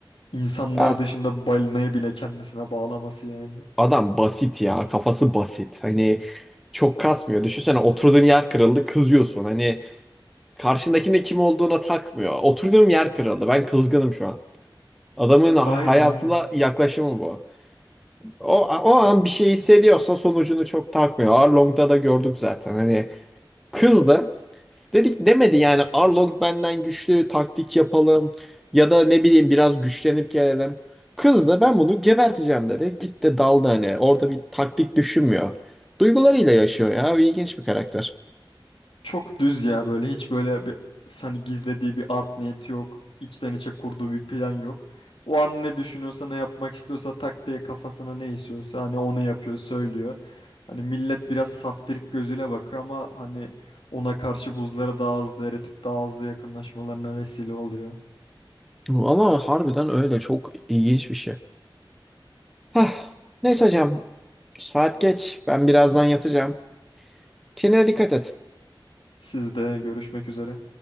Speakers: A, on the left; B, in the centre.
A: insanlar
B: <laughs> Ya
A: dışında balinayı bile kendisine bağlaması yani.
B: adam basit ya. Kafası basit. Hani çok kasmıyor. Düşünsene oturduğun yer kırıldı kızıyorsun. Hani karşındakinin de kim olduğuna takmıyor. Oturduğum yer kırıldı. Ben kızgınım şu an. Adamın ha-
A: Aynen
B: hayatına
A: aynen.
B: yaklaşımı bu. O, o an bir şey hissediyorsa sonucunu çok takmıyor. Arlong'da da gördük zaten. Hani kız da dedik demedi yani Arlong benden güçlü taktik yapalım ya da ne bileyim biraz güçlenip gelelim. Kız da ben bunu geberteceğim dedi. Gitti daldı hani. Orada bir taktik düşünmüyor. Duygularıyla yaşıyor ya. İlginç bir karakter.
A: Çok düz ya böyle hiç böyle bir hani gizlediği bir art niyeti yok. İçten içe kurduğu bir plan yok. O an ne düşünüyorsa ne yapmak istiyorsa tak diye kafasına ne istiyorsa hani onu yapıyor söylüyor. Hani millet biraz saftirik gözüyle bakıyor ama hani ona karşı buzları daha hızlı eritip daha hızlı yakınlaşmalarına vesile oluyor.
B: Ama harbiden öyle çok ilginç bir şey. Hah. Neyse hocam. Saat geç. Ben birazdan yatacağım. Kendine dikkat et.
A: Sizde görüşmek üzere.